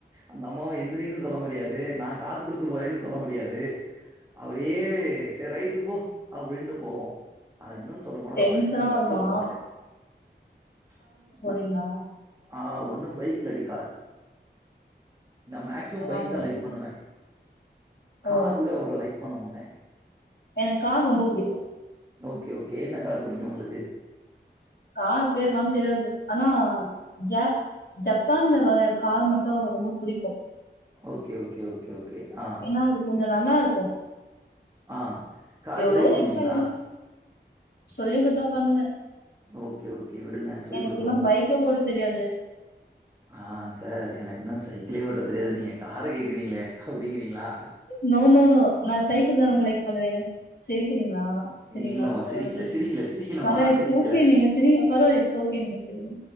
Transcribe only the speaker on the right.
அந்த அம்மாவ எந்திரின்னு சொல்ல முடியாது நா காசு கொடுத்து போறேன்னு சொல்ல முடியாது அப்டியே செரி ரைட்டு போ அப்டிண்ட்டு போவோ அது இன்னொன்னு சொல்ல போனா
நா மேக்சிமம்
பஸ்ல போமாட்டே ச்
ஆ ஒண்ணு பைக் இல்லாடி கார் நா மேக்சிமம்
பைக் தா லைக் பண்ணுவே கார்
கூட அவ்ளோ லைக் பண்ண மாட்டே
ஓகே ஓகே என்ன கார் பிடிக்கு உங்களுக்கு
ஓகே ஓகே ஓகே ஓகே ஆ
ஆ கார்
ட்ரைவ்
பண்ணுவீங்களா
ஓகே ஓகே விடுங்க சொல்லி
குடுத்துருவோ
ஆ சார் எனக்கு இன்னு சைக்கிளே ஓட்ட தெரியாது நீங்க கார் அ கேக்குறீங்களே அப்டிங்கிறீங்களா
இல்லமா சிரிக்கல
சிரிக்கல சிரிக்கலமா
சிரிக்கல